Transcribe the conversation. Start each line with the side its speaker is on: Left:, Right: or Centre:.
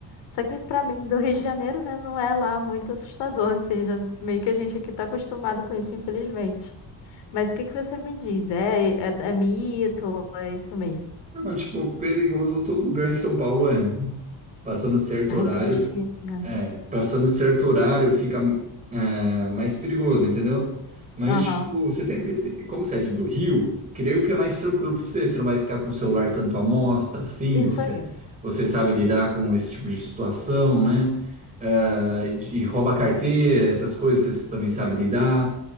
Left: Só que pra mim, do Rio de Janeiro, né, não é lá muito assustador, assim, já meio que a gente aqui tá acostumado com isso, infelizmente. Mas o que que você me diz? É, é, é mito? É isso mesmo?
Right: Não, tipo, perigoso todo lugar em São Paulo é. né? Passando de certo horário,
Left: Ai, triste isso, né?
Right: é, passando de certo horário fica é, mais perigoso, entendeu? Mas,
Left: Aham.
Right: tipo, você sempre, como você é de do Rio, creio que é mais tranquilo pra você. Você não vai ficar com o celular tanto à mostra, assim,
Left: Isso
Right: você,
Left: aí.
Right: você sabe lidar com esse tipo de situação, né? É, de, e rouba carteira, essas coisas, você também sabe lidar